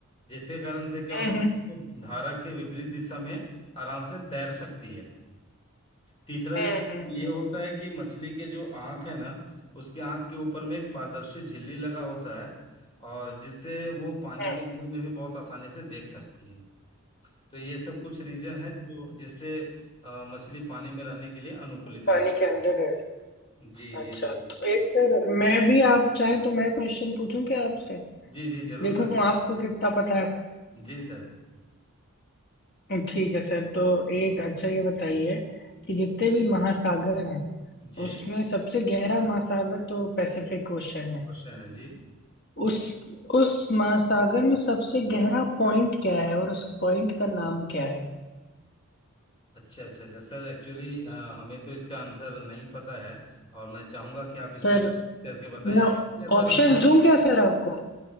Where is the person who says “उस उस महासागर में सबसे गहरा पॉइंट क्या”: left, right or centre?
Left